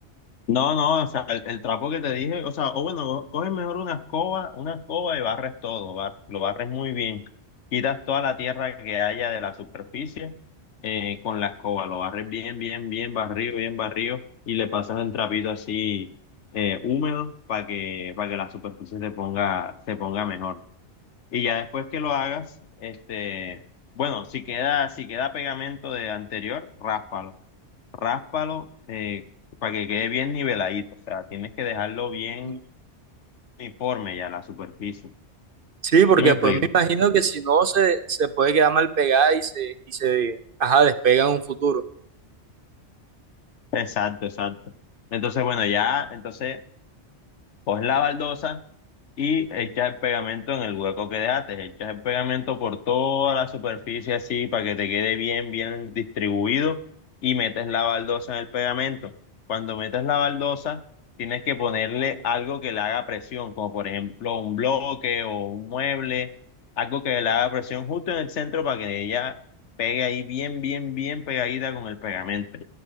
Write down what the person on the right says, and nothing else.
Mm.
Sí, porque
pues me imagino que si no se, se puede quedar mal pegada y se, y se ajá, despega en un futuro.